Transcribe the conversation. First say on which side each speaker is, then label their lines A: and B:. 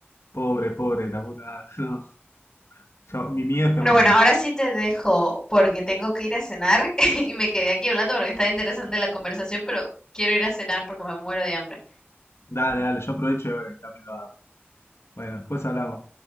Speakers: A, on the left (about 90°); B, on the left (about 15°).
A: pobre, pobre, la puta. <laughs> No. Yo, mi miedo es que
B: Pero
A: me
B: bueno,
A: pelado.
B: ahora sí te dejo porque tengo que ir a cenar <laughs> y me quedé aquí hablando porque está interesante la conversación, pero quiero ir a cenar porque me muero de hambre.
A: Dale, dale, yo aprovecho y también lo hago. Bueno, después hablamos.